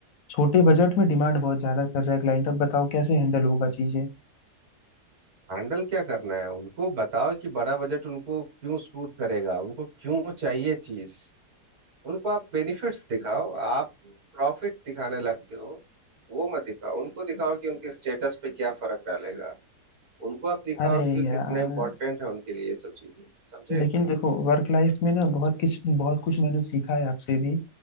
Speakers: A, on the left; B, on the right.
A: छोटे बजट में डिमांड बहुत ज्यादा कर रहा है क्लाइंट अब बताओ कैसे हैंडल होगा चीजें
B: हैंडल क्या करना है उनको बताओ कि बड़ा बजट उनको क्यों सूट करेगा उनको क्यों चाहिए चीज उनको आप बेनिफिट्स दिखाओ आप प्रॉफिट दिखाने लगते हो वो मत दिखाओ उनको दिखाओ कि उनके स्टेटस पे क्या फर्क डालेगा उनको आप दिखाओ
A: अरे
B: कि
A: यार
B: कितना इम्पोर्टेंट है उनके लिए ये सब चीजें समझे
A: लेकिन देखो वर्क लाइफ में ना बहुत कुछ बहुत कुछ मैंने सीखा है आपसे भी